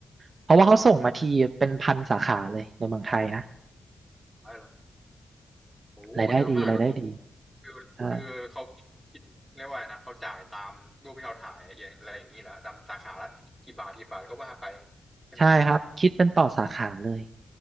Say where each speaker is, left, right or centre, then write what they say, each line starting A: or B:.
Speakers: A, on the right; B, in the centre.
A: เพราะว่าเขาส่งมาทีเป็นพันสาขาเลยในเมืองไทยนะ
B: อะไรล่ะโอ้โหเยอะมากก็
A: รายได้ดีรายได้ดี
B: คือคือเขาคิด
A: ใช่
B: เรียกว่าไงนะเขาจ่ายตามรูปที่เราถ่ายอย่างอะไรอย่างนี้แหละดำสาขาละกี่บาทกี่บาทก็ว่าไปใช่ไหม
A: ใช่ครับคิดเป็นต่อสาขาเลย